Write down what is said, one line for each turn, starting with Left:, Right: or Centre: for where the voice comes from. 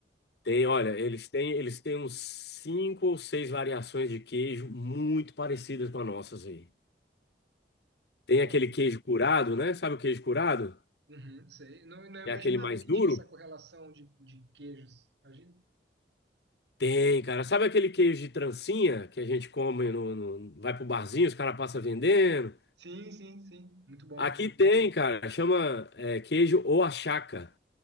Left: Tem, olha, eles têm, eles têm uns cinco ou seis variações de queijo muito parecidas com as nossas aí. Tem
Right: Pô,
Left: aquele queijo curado, né? Sabe o queijo curado?
Right: uhum, sei. Não, não
Left: É
Right: imaginava
Left: aquele mais
Right: que
Left: duro.
Right: tinha essa correlação de, de queijos. Imagina.
Left: Tem, cara. Sabe aquele queijo de trancinha que a gente come no, no- vai pro barzinho, os caras passam vendendo?
Right: Sim, sim, sim. Muito bom.
Left: Aqui tem, cara. Chama é, queijo ou achaca.